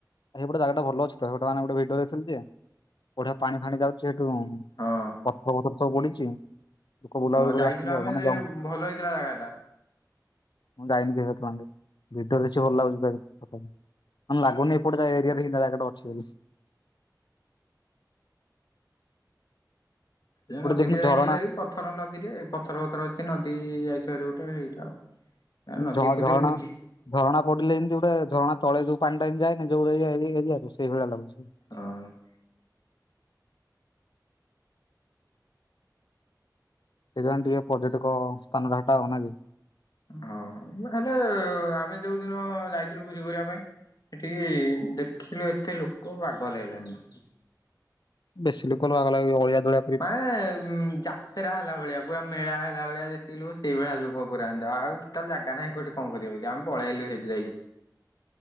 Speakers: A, on the left; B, on the left.
A: ହେଇପଟେ ଜାଗାଟା ଭଲ ଅଛି ତ, ହେପଟେ ମାନେ ଗୋଟେ ଭିଡିଓରେ <unintelligible> ବଢିଆ ପାଣି ଫାଣି ଯାଉ ସେଠୁଁ
B: ହଁ
A: ପଥର ଫଥର ସବୁ ପଡ଼ିଚି। ଲୁକ ବୁଲାବୁଲି
B: ହଁ
A: କରି
B: ଯାଇଥିଲୁ
A: ଆସିସନ୍ତି
B: ଆମେ
A: ଆଉ। ମାନେ
B: ଯେ
A: ଯଉଁ
B: ଭଲ ହେଇଥିଲା ଜାଗା ଟା
A: ମୁଁ ଯାଇନି <unintelligible> ଭିଡିଓ ରେ ଅଛି। <unintelligible> ମାନେ ଲାଗୁନି, ଏପଟ ଯା ଏରିଆରେ ଇନ୍ତିଆ ଜାଗା ଟେ ଅଛି ବୋଲି।
B: ସେ
A: ଗୋଟେ
B: ନଦୀଟେ
A: ଦେଖୁନୁ
B: ଯାଇଛି
A: ଝରଣା
B: ଭାରି, ପଥର ନଦୀରେ ପଥର ପଥର ଅଛି ନଦୀ-ଈ ଯାଇଛି ଭାରି ଗୁଟେ, ହେଇଟା ଆଉ। ନଦୀ
A: ଝ-ଝରଣା
B: ଫଦୀ ଭୋଜି
A: ଝରଣା ପଡିଲେ ଏମିତି ଗୁଟେ ଝରଣା ତଳେ ଯୋଉ ପାଣି ଟା ଯାଏନି ଯୋଉ ଇଏ ଏରିଆରେ ସେଇଭଳିଆ ଲାଗୁଛି।
B: ହଁ।
A: ସେଇଥି ପାଇଁ ଟିକେ ପର୍ଯ୍ୟଟକ-ଅ ସ୍ଥାନଟା ହେଟା ଆଉ ନା କି?
B: ହ-ଅ। ମୁଁ ହେଲେ-ଏ ଆମେ ଯୋଉ ଦିନ ଯାଇଥିଲୁ ଭୁଜି କରିଆ ପାଇଁ! ହେଠି-ଇ ଦେଖିଲୁ ଏତେ ଲୁକ ବାଗ ଲାଗିଲାନି।
A: ବେଶୀ ଲୋକ ଲଗା ଅଳିଆ ଜଳିଆ
B: ମାନେ ଜା <inaudible> ଯାତ୍ରା ହେଲା ଭଳିଆ ପୁରା ମେଳା ହେଲା ଭଳିଆ ଯେତିକି ଲୋକ ସେଇ ଭଳିଆ ଲୋକ ପୁରା ଆନ୍ ଆଉ ଟୋଟାଲ ଜାଗା ନାହିଁ କୋଠି କଣ କରିବା ବୋଲି ଆମେ ପଳେଇ ଆଇଲୁ ସେଠି ଯାଇ।